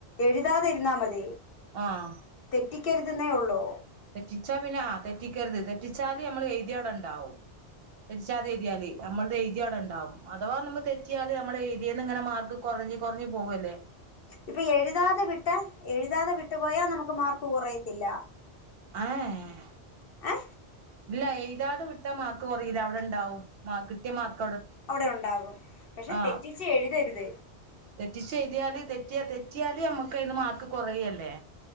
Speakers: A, on the left; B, on the right.
A: എഴുതാതിരുന്നാൽ മതേ തെറ്റ്
B: ആഹ്
A: കുറ്റിക്കരുതുന്നേ ഉള്ളൂ
B: തെറ്റിച്ചാ പിന്നെ ആ തെറ്റിക്കരുത് തെറ്റിച്ചാല് നമ്മള് എഴുതി അവിടെ ഉണ്ടാവും തെറ്റിച്ചാത് എഴുതിയാല് നമ്മളത് എഴുതി അവിടെ ഉണ്ടാവും അഥവാ നമ്മള് തെറ്റിയാല് നമ്മൾ എഴുതിയന്ന് ഇങ്ങനെ മാർക്ക് കുറഞ്ഞഞ് കുറഞ്ഞഞ് പോകല്ലേ
A: ഇപ്പൊ എഴുതാതെ വിട്ട എഴുതാതെ വിട്ടുപോയാൽ നമുക്ക് മാർക്ക് കുറയത്തില്ല
B: എ എ ഹ
A: ഏ
B: ഇല്ല ഇല്ലാതെ വിട്ട മാർക്ക് കുറയില്ല അവിടെ ഉണ്ടാവും കിട്ടിയ മാർക്ക്
A: അവിടെ ഉണ്ടാകും പക്ഷെ
B: ആ
A: തെറ്റിച്ച് എഴുതരു ത്
B: തെറ്റിച്ച് എഴതിയല് തെറ്റിയാ തെറ്റിയല് നമ്മുക്കയിന് മാർക്ക് കൊറയല്ലേ